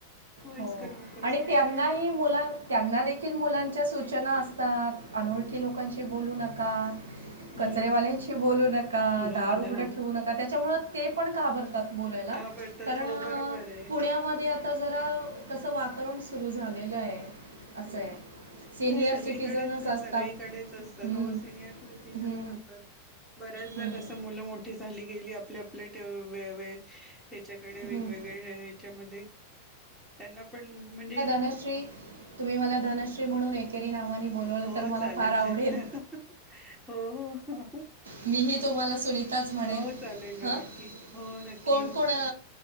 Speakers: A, in the centre; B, on the right.
A: वयस्कर
B: हो
A: लोक असतात
B: आणि त्यांनाही मुला त्यांना देेखील मुलांच्या सूचना असतात अनोळखी लोकांशी बोलू नका.
A: हम्म
B: कचरेवाल्यांशी बोलू नका, दार
A: हो ना
B: उघड
A: हो
B: ठेवू नका त्याच्यामुळे ते पण घाबरतात. बोलायला
A: घाबरतात
B: कारण
A: हो बरोबर आहे
B: पुण्यामध्ये आता जरा तसं वातावरण सुरू झालेलं आहे असं
A: हं.
B: आहे. सिनियर
A: नाही सगळीकडेच
B: सिटीजनच
A: आहे
B: असतात
A: सगळीकडेच असतं.
B: हम्म,
A: सिनियर सिटिजनच
B: हम्म,
A: असतात. बऱ्याचदा
B: हम्म,
A: कसं मुलं मोठ झाली गेली आपल्या आपल्या व हच्याकडे वेगवेगळे्या
B: हम्म.
A: मध्ये त्यांना पण म्हणजे
B: धश तुम्ही मला धनश्री म्हणून ब
A: हो
B: तर मला
A: चालेल
B: फार आवडेल
A: चालेल हो हो हो
B: म तुम्हाला सुनिताच म्हणेन
A: हो चालेल
B: ह.
A: ना नक्की हो नक्की
B: कोण
A: नक्की
B: कोण